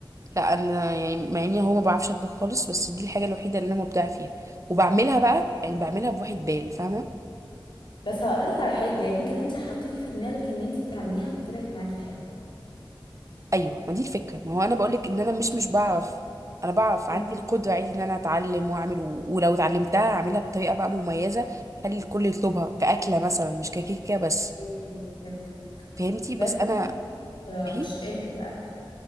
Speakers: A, on the right (about 40°); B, on the left (about 75°).
A: لا انا يعني مع اني هو ما بعرفش اطبخ خالص بس دي الحاجه الوحيده اللي انا مبدعه فيها وبعملها بقى يعني بعملها بواحد بال فاهمه
B: بس هقولك على حاجه يمكن انت حطيتي في دماغك ان انت تعمليها فطلعت معاكي حلو
A: ايوه ما دي الفكره ما هو انا بقولك ان انا مش مش بعرف انا بعرف
B: مم.
A: عندي القدره عادي ان انا اتعلم واعمل و... ولو اتعلمتها اعملها بطريقه بقى مميزه خلي الكل يطلبها كاكله مثلا مش ككيكه بس
B: ايوه أيوة، فهمتك
A: فهمتي
B: بس
A: بس انا
B: آه،
A: دي
B: مش انت الاكل